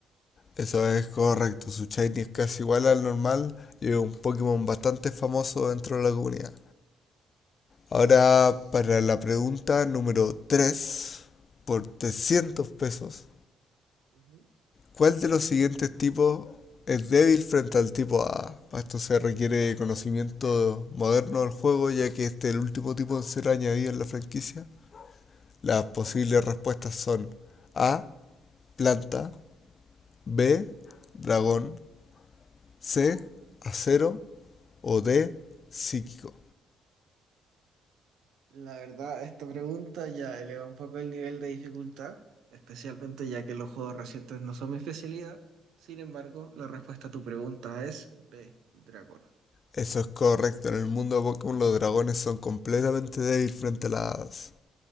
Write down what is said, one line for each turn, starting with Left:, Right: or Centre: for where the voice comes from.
Left: Eso es correcto, su Shiny es casi igual al normal y es un Pokémon bastante famoso dentro de la comunidad. Ahora
Right: Así es.
Left: para la pregunta número 3 por 300 pesos,
Right: Ujú,
Left: ¿Cuál de los siguientes tipos es débil frente al tipo A? Para esto se requiere conocimiento moderno del juego, ya que este es el último tipo en ser añadido en la franquicia. Las posibles
Right: ujú,
Left: respuestas son A, planta, B, dragón, C,
Right: ujú.
Left: acero o D, psíquico.
Right: La verdad, esta pregunta ya eleva un poco el nivel de dificultad, especialmente ya que los juegos recientes no son mi especialidad. Sin embargo, la respuesta a tu pregunta es B, dragón,
Left: Eso es correcto, en el mundo de Pokémon los dragones son completamente débiles frente a las hadas.